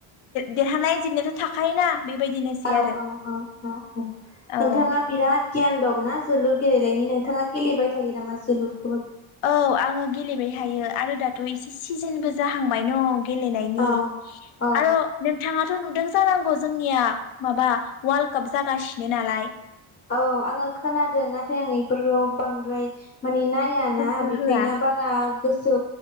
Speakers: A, on the left (about 80°); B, on the left (about 25°).
A: देरहानाय जेननायाथ' थाखायोना। बेबायदिनोसै
B: औ
A: आरो
B: औ औ औ औ
A: औ
B: नोंथाङा बिराद। गियान दंना जोलुर गेलेनायनि नोंथाङा गेलेबाय थायो नामा जोलुर।
A: औ आङो गेलेबाय। थायो आरो दाथ' एसे सिजोनबो जाहांबाय न'। गेलेनायनि
B: औ औ
A: आरो नोंथाङाथ' नुदों जानांगौ जोंनिया। माबा वार्ल्ड काप जागासिनो नालाय।
B: औ आङो खोनादों नाथाय आं बेफोरखौ बांद्राय माने नाय जायाना
A: गोसो
B: बेखायनो
A: होआ
B: बारा। गोसो